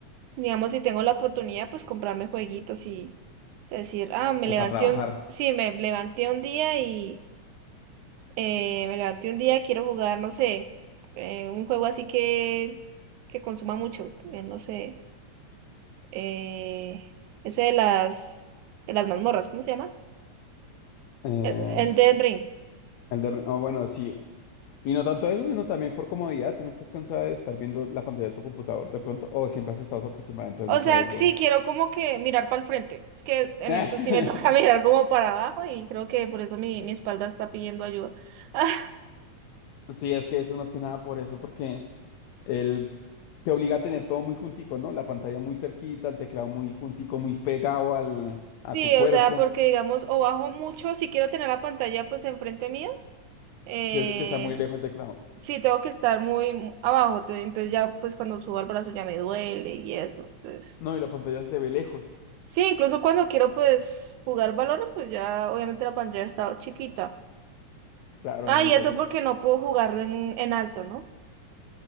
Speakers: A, on the right; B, on the left.
A: Digamos, si tengo la oportunidad, pues comprarme jueguitos y. o sea, decir, ah, me
B: o,
A: levanté
B: para trabajar.
A: un. Sí, me levanté un día y. eh, me levanté un día, quiero jugar, no sé, eh, un juego así que, que consuma mucho, eh, no sé, eh, ese de las, de las mazmorras, ¿cómo se llama?
B: Eh,
A: El, el Elden Ring.
B: el de, o bueno, sí, Y no tanto eso, sino también por comodidad. Tú no estás cansada de estar viendo la pantalla de tu computador de pronto, o siempre has estado acostumbrada, entonces
A: O
B: no sabes
A: sea,
B: lo.
A: sí, quiero como que mirar para el frente. Es que en
B: <laughs>
A: esto sí me <laughs> toca mirar como para abajo y creo que por eso mi, mi espalda está pidiendo ayuda. <laughs>
B: Sí, es que eso es más que nada por eso, porque él te obliga a tener todo muy juntico, ¿no? La pantalla muy cerquita, el teclado muy juntico, muy pegado al, a
A: Sí,
B: tu cuerpo.
A: o sea, porque digamos, o bajo mucho, si quiero tener la pantalla pues enfrente mío, eh,
B: Entonces, que está muy lejos el teclado.
A: Sí, tengo que estar muy mu- abajo, te- entonces ya pues cuando subo al brazo ya me duele y eso. Entonces,
B: No, y la pantalla se ve lejos.
A: sí, incluso cuando quiero pues jugar balones, pues ya obviamente la pantalla está chiquita.
B: Claro,
A: Ah,
B: necesitas
A: y eso
B: una-
A: porque no puedo jugarlo en, en alto, ¿no?